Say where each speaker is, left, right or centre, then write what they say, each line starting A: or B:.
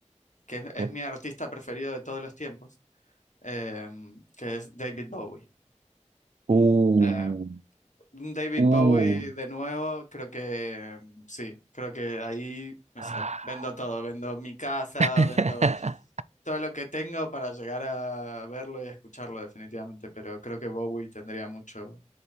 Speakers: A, on the left; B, on the right.
A: que es, es
B: ¿ok?
A: mi artista preferido de todos los tiempos, em, que es David Bowie.
B: Uh,
A: Eh, un David
B: uh.
A: Bowie de nuevo, creo que em, sí, creo que ahí, no
B: Ah.
A: sé, vendo todo, vendo mi casa,
B: <laughs>
A: vendo todo lo que tengo para llegar a verlo y a escucharlo definitivamente, pero creo que Bowie tendría mucho,